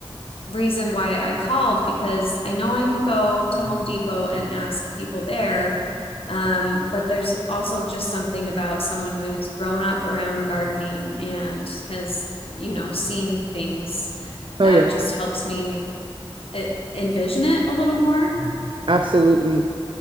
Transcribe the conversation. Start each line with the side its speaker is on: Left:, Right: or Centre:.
Left: reason why I called because I know I can go to Home Depot and ask people there. Um, but there's also just something about someone who's grown up around gardening and has, you know, seen things
Right: Oh
Left: that
Right: yeah,
Left: just helps me eh, envision it a little more.
Right: absolutely.